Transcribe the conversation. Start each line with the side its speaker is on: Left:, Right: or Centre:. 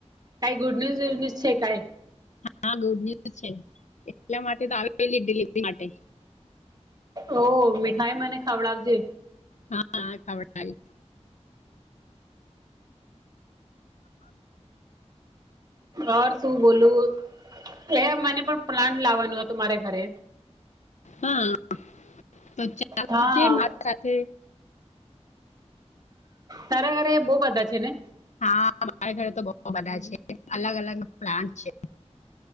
Right: કઈ ગુડ ન્યૂઝ ન્યુઝ છે કઈ
Left: હા ગુડ ન્યુઝ છે એટલા માટે તો આવે ડિલિવરી માટે
Right: ઓહ મીઠાઈ મને ખાવડાવજે.
Left: હા હા ખ થ
Right: ઓર શું બોલું હ મને પણ પ્લાન્ટ લાવવાનું હત હતું મારે ઘરે
Left: હા તો ચાલજ
Right: હા
Left: મારી સાથે
Right: તારા ઘરે બહુ બધા છે ને
Left: હા મારા ઘરે તો બહુ બધા છે અલગ અલગ પ્લાન્ટ છે